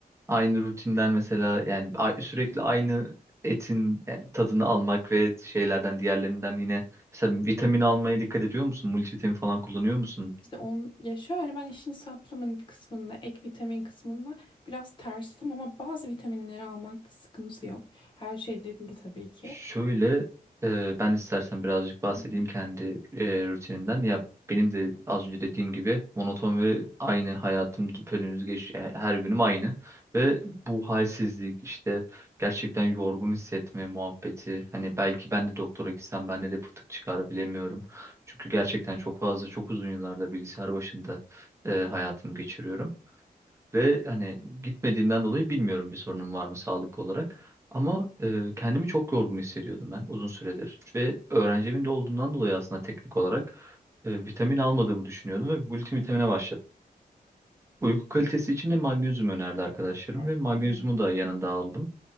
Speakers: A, on the right; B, on the left.
A: aynı rutinden mesela yani a- sürekli aynı etin e, tadını almak ve şeylerden diğerlerinden yine mesela vitamin almaya dikkat ediyor musun? Multivitamin falan kullanıyor musun?
B: İşte on ya şöyle ben işin supplement kısmında, ek vitamin kısmında biraz tersim ama bazı vitaminleri almakta sıkıntı yok. Her şey de değil tabii ki.
A: Şöyle e, ben istersen birazcık bahsedeyim
B: Hı
A: kendi e, rutinimden. Ya benim de az önce dediğim gibi monoton ve aynı hayatım düpedüz geç e, her günüm aynı ve bu halsizlik işte gerçekten yorgun hissetme muhabbeti. Hani belki ben de doktora gitsem bende de fıtık çıkar bilemiyorum. Çünkü gerçekten çok fazla çok uzun yıllarda bilgisayar başında e, hayatımı geçiriyorum. Ve hani gitmediğimden dolayı bilmiyorum bir sorunum var mı sağlık olarak. Ama e, kendimi çok yorgun hissediyordum ben
B: hı.
A: uzun süredir. Ve öğrenci evinde olduğumdan dolayı aslında teknik olarak e, vitamin almadığımı düşünüyordum ve multivitamine
B: Evet,
A: başladım. Uyku kalitesi için de magnezyum önerdi arkadaşlarım
B: evet,
A: ve magnezyumu
B: ben de.
A: da yanında aldım.